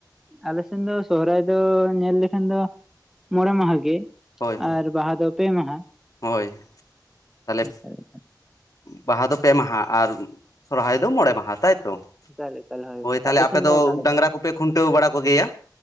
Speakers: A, in the centre; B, on the left.
A: ᱟᱞᱮ ᱥᱮᱱ ᱫᱚ ᱥᱚᱦᱨᱟᱭ ᱫᱚ ᱧᱮᱞ ᱞᱮᱠᱷᱟᱱ ᱫᱚ ᱢᱚᱬᱮ ᱢᱟᱦᱟᱸ ᱜᱮ ᱾
B: ᱦᱳᱭ ᱦᱳᱭ
A: ᱟᱨ ᱵᱟᱦᱟ ᱫᱚ ᱯᱮ ᱢᱟᱦᱟᱸ,
B: ᱦᱳᱭ ᱛᱟᱦᱚᱞᱮ
A: ᱮᱠᱟᱞ ‌ᱮᱠᱟᱞ ᱾
B: ᱵᱟᱦᱟ ᱫᱚ ᱯᱮ ᱢᱟᱦᱟᱸ ᱟᱨ ᱥᱚᱨᱦᱟᱭ ᱫᱚ ᱢᱚᱬᱮ ᱢᱟᱦᱟᱸ ᱛᱟᱭᱛᱚ
A: ᱮᱠᱟᱞ
B: ᱾
A: ᱮᱠᱟᱞ
B: ᱦᱳᱭ
A: ᱜᱚᱝᱠᱮ
B: ᱛᱟᱦᱞᱮ ᱟᱯᱮ
A: ᱥᱮᱱ
B: ᱫᱚ
A: ᱚᱠᱟ ᱞᱮᱠᱟ
B: ᱰᱟᱝᱨᱟ ᱠᱚᱯᱮ ᱠᱷᱩᱱᱴᱟᱹᱣ ᱵᱟᱲᱟ ᱠᱚ ᱜᱮᱭᱟ?